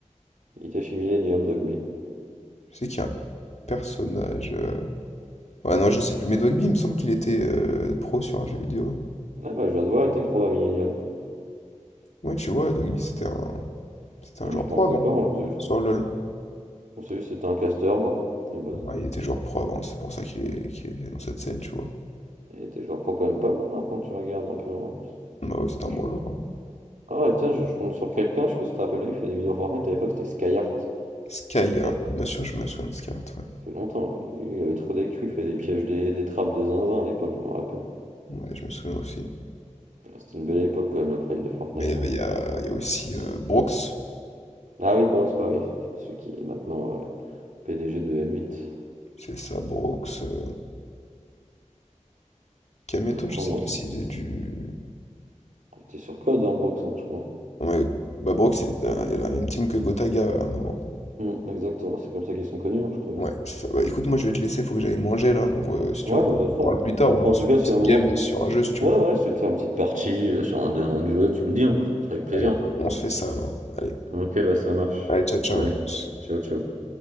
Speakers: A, on the right; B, on the left.
A: Il était chez Millennium, Dogby.
B: Je sais qu'il y a un personnage. euh, Ouais, non, je sais plus. Mais Dogby, il me semble qu'il était euh, pro sur un jeu vidéo.
A: Ah bah, je viens de voir, il était pro à Millennium.
B: Ouais, tu vois, Dogby, c'était un. C'était
A: Non,
B: un joueur
A: je
B: pro
A: pensais
B: avant,
A: pas, moi, je pensais juste,
B: sur LoL.
A: je pensais juste que c'était un caster, moi, de base.
B: Ah, il était joueur pro avant, c'est pour ça qu'il est, qu'il est dans cette scène, tu vois.
A: Il était joueur pro quand même pas mal, hein, quand tu regardes un peu. hein.
B: Bah oui, c'était
A: Franchement.
B: un bon joueur. hein.
A: Ah ouais, tiens, je, je tombe sur quelqu'un, je sais pas si tu te rappelles, il fait des vidéos Fortnite à l'époque, c'était Skyheart.
B: Skyheart,
A: Il date, ça
B: bien sûr, je me souviens de Skyheart, ouais.
A: fait longtemps, il, il avait trop d'EQ, il fait des pièges, des, des trappes de zinzin à l'époque, je me rappelle.
B: Ouais, je me souviens aussi.
A: Mais C'était une belle époque quand même le prime de Fortnite.
B: Mais il y avait-
A: hein.
B: il y a, il y a aussi euh, Brooks,
A: Ah oui, Brox, bah oui, celui qui est maintenant euh, PDG de M8.
B: c'est ça, Brooks. euh, Kameto,
A: Après
B: je sais
A: moi,
B: pas s'il faisait du.
A: il était sur Code, hein, Brox, hein, je crois.
B: Non, mais, bah Brooks, il était dans la même team que Gotaga à un moment.
A: Hmm, exactement, c'est comme ça qu'ils sont connus, hein, je crois bien.
B: Ouais, c'est ça. Bah, écoute, moi je vais te laisser, faut que j'aille manger là, donc euh, si
A: Ouais,
B: tu veux, on
A: bah pas de problème.
B: parle plus tard, ou alors
A: Bon,
B: on
A: en
B: se
A: tout
B: fait
A: cas,
B: une
A: si
B: petite
A: à un moment
B: game sur
A: tu...
B: un jeu si tu
A: Ouais,
B: veux.
A: ouais, si tu veux te faire une petite partie euh, sur un, un jeu, tu me dis, hein, avec plaisir.
B: Allez, on on se fait ça alors. Allez,
A: hein. Ok, bah ça marche.
B: allez, ciao, ciao,
A: Ouais,
B: à plus.
A: ciao, ciao.